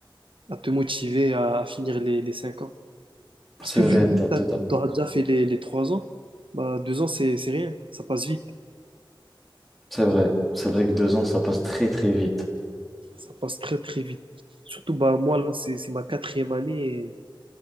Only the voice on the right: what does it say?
à te motiver à, à finir les, les cinq ans. Parce
que vu,
vu
que
tu auras
déjà fait les, les trois ans, bah, deux ans, c'est, c'est rien. Ça passe vite.
Ça passe très, très vite. Surtout, bah, moi, là, c'est, c'est ma quatrième année et